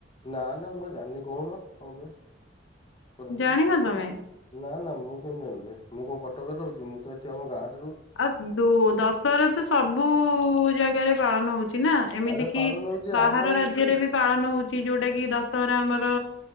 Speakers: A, on the left (about 25°); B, on the left (about 80°).
A: ନା ନା ମୁଁ ଜାଣିନି କହୁନ କଣ ପାଇଁ? କରନ୍ତି
B: ଜାଣିନ ତମେ?
A: ନା ନା ମୁଁ କେମିତି ଜାଣିଲି ମୁଁ କଣ କଟକରେ ରହୁଛି ମୁଁ ତ ଏଠି ଆମ ଗାଁରେ
B: ଆଉ ଶ୍ ଦୁ ଦଶହରା ତ ସବୁ ଜାଗାରେ ପାଳନ ହଉଛି। ନା ଏମିତି
A: ଆରେ
B: କି
A: ପାଳନ ହଉଛି
B: ବାହାର
A: ଆମର
B: ରାଜ୍ୟରେ
A: ଏଠି
B: ବି ପାଳନ ହଉଛି ଯୋଉଟା କି ଦଶହରା ଆମ ର